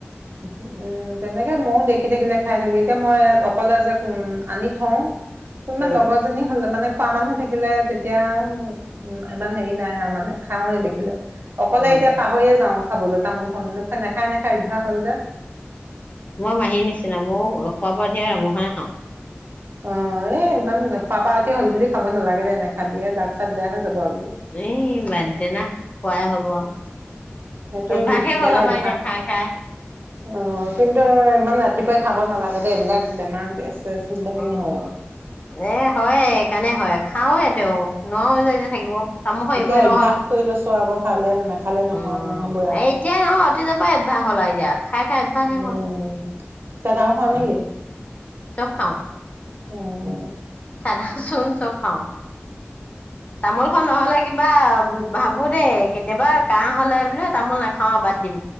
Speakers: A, on the right; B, on the left.
A: উম তেনেকে ময়ো দেখি থাকিলে খাই থাকো এতিয়া মই ইয়াত অকলে যে উম আনি থওঁ কোনোবা
B: উম,
A: লগৰজনী হলে মানে পাৰা মানুহ <unintelligible> থাকিলে তেতিয়া উ ইমান হেৰি নাই আৰু মানে খাওঁৱে দেখিলে অকলে
B: উম,
A: এতিয়া পাহৰিয়ে যাওঁ খাবলৈ তামোলখন নখ নাখাই নাখাই অভ্যাস হ'ল যে
B: মই মাহীৰ নিচিনা মোৰ খোৱা বোৱা <unintelligible>
A: অ এই ইমান খোৱাপা উঠিয়ে হল বুলি খাব নালাগে দে নেখাবি দাঁত চাত বেয়া হৈ যাব আৰু
B: <unintelligible> বাদদে না খোৱাই হ'লো আৰু
A: সেইটো
B: অভ্যাসেই
A: বেয়া
B: হ'ল আমাৰ
A: অভ্যাস।
B: এতিয়া খাই খাই
A: অ কিন্তু ইমান ৰাতিপুৱাই খাব নালাগে দে এইবিলাক বেমাৰ গেছ চেছ কিবা কিনি
B: উম
A: হয়।
B: এ হয় এইকাৰণে হয় খাওঁৱে তেওঁ নোৱাৰোয়ে যে এতিয়া থাকিব তামোল খন
A: এতিয়া
B: এৰিবই
A: অভ্যাস
B: নোৱাৰা হলো
A: কৰি লৈছো আকৌ খালে নাখালে নহয়
B: উম
A: নহবই আকৌ।
B: এই এতিয়াই নহয় অতীজৰে পৰা অভ্যাস হল <unintelligible> অভ্যাসে
A: উম
B: হ'ল।
A: <unintelligible> খাৱ নেকি
B: চব খাওঁ
A: অঁ!
B: চাদা চুন চব খাওঁ। তামোল খন নহ'লে কিবা
A: কোনটো?
B: ভাবোঁ দেই, কেতিয়াবা কাহ হ'লে মানে তামোল না অ'! বাদ দিম।